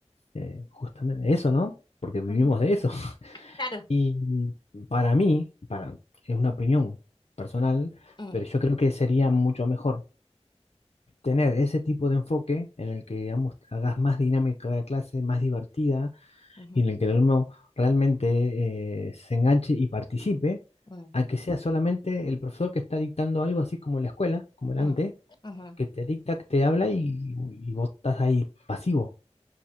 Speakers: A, on the left (about 65°); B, on the left (about 40°).
A: eh, justamente eso, ¿no? Porque vivimos
B: Ujú.
A: de eso. <laughs>
B: Claro.
A: Y para mí, para, es una opinión personal,
B: Mm,
A: pero yo creo que sería mucho mejor tener ese tipo de enfoque en el que, digamos, hagas más dinámica la clase, más divertida,
B: ujú,
A: y en el que el alumno realmente eh, se enganche y participe,
B: mm,
A: a que sea solamente el profesor que está dictando algo así como en la escuela, como era
B: mm,
A: antes,
B: ujú,
A: que te dicta, que te habla y, y vos estás ahí pasivo.